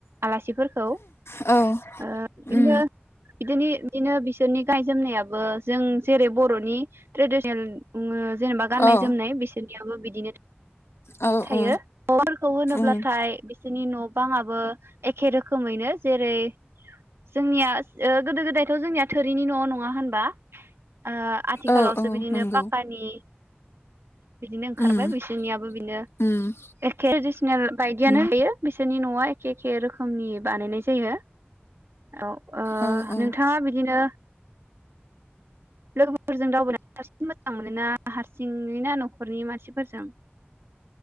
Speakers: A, on the right; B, on the left.
A: आलासिफोरखौ ओ
B: औ
A: बिदिनो
B: उम
A: बिदिनि बिदिनो बिसोरनि गानाय जोमनायाबो जों जेरै बर'नि ट्रेडिसनेल बुङो जेनेबा गाननाय
B: औ
A: जोमनाय बिसोरनियाबो बिदिनो।
B: औ
A: थायो
B: औ
A: <inaudible> खौ होनोब्लाथाय
B: उम
A: नि न' बां आ बो एखे रोखोमैनो जेरै जोंनिया ओ गोदो गोदायथ' जोंनिया थोरिनि न' नङा होनबा। ओ आथिखालावसो
B: औ औ
A: बिदिनो
B: नंगौ
A: पाक्कानि बिदिनो ओंखारबाय।
B: उम
A: नियाबो बिनो
B: उम
A: एखे जिसोनेल बायदियानो
B: उम
A: होयो। बिसोरनि न'आ एखे एखे रो रोखोमनि बानायनाय जायो औ ओ
B: औ औ
A: नोंथाङा बिदिनो लोगोफोरजों दावबायना हारसिं मोजां मोनोना हारसिङै ना न'खरनि मानसिफोरजों